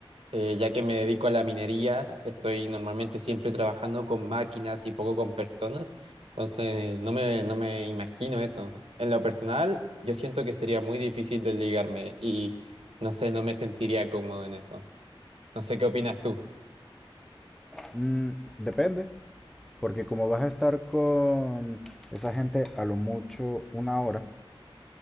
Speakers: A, on the right; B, in the centre.
A: eh, ya que me dedico a la minería, estoy normalmente siempre trabajando con máquinas y poco con personas, entonces no me, no me imagino eso. En lo personal, yo siento que sería muy difícil desligarme y no sé, no me sentiría cómodo en eso. No sé qué opinas tú.
B: Mm, depende, porque como vas a estar con esa gente a lo mucho una hora,